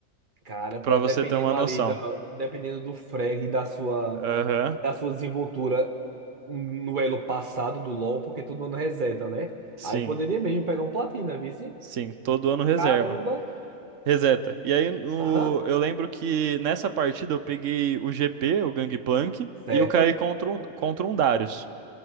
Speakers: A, on the right; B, on the right.
A: Cara, pra,
B: Pra você
A: dependendo
B: ter uma noção.
A: ali, da, dependendo do frag e da sua,
B: Aham,
A: e da sua desenvoltura no elo passado do LoL, porque todo mundo reseta, né?
B: sim,
A: Aí poderia mesmo pegar um platina, viu? sim?
B: sim, todo ano reserva.
A: Caramba.
B: Reseta. E aí no-
A: Aham.
B: eu lembro que nessa partida eu peguei o GP, o Gangplank,
A: Certo.
B: e eu caí contra um, contra um Darius.